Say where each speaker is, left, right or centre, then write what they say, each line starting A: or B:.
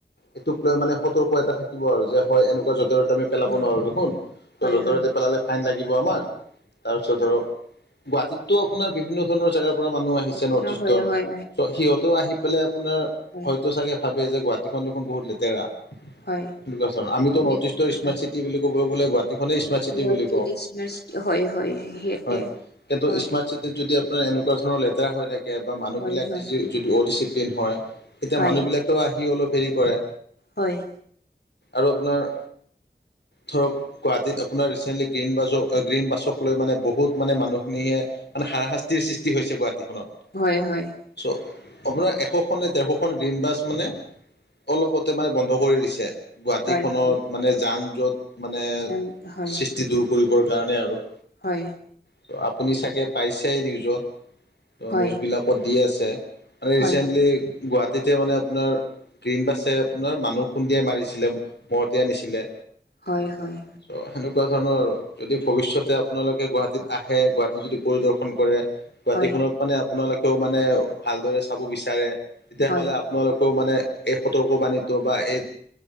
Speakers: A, on the left; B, on the left.
A: এইটোক লৈ মানে সতৰ্ক এটা থাকিব আৰু যে হয়, এনেকুৱা য'তে - ত'তে আমি পেলাব
B: হয়
A: নোৱাৰোঁ দেখোন। ত'
B: হয়
A: য'তে
B: হয়
A: - ত'তে
B: হয়
A: পেলালে ফাইন লাগিব আমাৰ। তাৰপিছত ধৰক, গুৱাহাটীতটো আপোনাৰ বিভিন্ন ধৰণৰ জেগাৰ মানুহ
B: হয়
A: আহিছে নৰ্থ ইষ্টৰ।
B: হয় হয়
A: চ' সিহঁতেও আহি পেলাই আপোনাৰ
B: হয়
A: হয়তো চাগে ভাবে যে, গুৱাহাটীখন দেখোন বহুত লেতেৰা।
B: হয়।
A: সেনেকুৱা ধৰণৰ আমিতো
B: সেনেকুৱা
A: নৰ্থ ইষ্টৰ স্মাৰ্ট
B: হয়
A: চিটি বুলি কবলে গলে গুৱাহাটী স্মাৰ্ট চিটি
B: গুৱাহাটীত
A: বুলি কওঁ,
B: স্মাৰ্ট হয় হয় সিহঁতে
A: হয় কিন্তু
B: হয়
A: স্মাৰ্ট চিটি যদি আপোনাৰ এনেকুৱা ধৰণৰ লেতেৰা হৈ থাকে বা মানুহবিলাক
B: হয় হয়
A: যদি অ'ডিচিপ্লিন হয় এতিয়া
B: হয়
A: মানুহ বিলাকেও আহি অলপ হেৰি কৰে
B: হয়।
A: আৰু আপোনাৰ ধৰক গুৱাহাটীত আপোনাৰ ৰিচেণ্টলি গ্ৰীণ বাজ গ্ৰীণ বাছক লৈ মানে বহুত বহুত মানে মানুহখিনিহে মানে হাৰা-শাস্তিৰ সৃষ্টি হৈছে গুৱাহাটীখনত।
B: হয় হয়।
A: চ' আপোনাৰ এশ খন নে ডেৰশ খন গ্ৰীণ বাছ মানে অলপতে মানে বন্ধ কৰি দিছে। গুৱাহাটীখনত
B: হয় হয় হয়
A: মানে যান জ'ট মানে
B: যাম হয়
A: সৃষ্টি দূৰ কৰিবৰ কাৰণে আৰু।
B: হয়।
A: ত' আপুনি চাগে পাইছেই নিউজত? ত'
B: হয়
A: নিউজবিলাকত
B: হয়
A: দি আছে। মানে
B: হয়
A: ৰিচেণ্টলি গুৱাহাটীতে মানে আপোনাৰ গ্ৰীণবাছে আপোনাৰ মানুহ খুন্দিয়াই মাৰিছে। মহতিয়াই নিছিলে।
B: হয়, হয়।
A: চ' সেনেকুৱা ধৰণৰ আৰু, যদি ভৱিষ্যতে আপোনালোকে গুৱাহাটীত আহে, গুৱাহা যদি পৰিদৰ্শন কৰে, গুৱাটীখনত
B: হয়
A: মানে আপোনালোকেও মানে ভালদৰে চাব বিচাৰে তেতিয়া
B: হয়
A: হ'লে আপোনালোকেও মানে এই সতৰ্কবাণীতো বা এই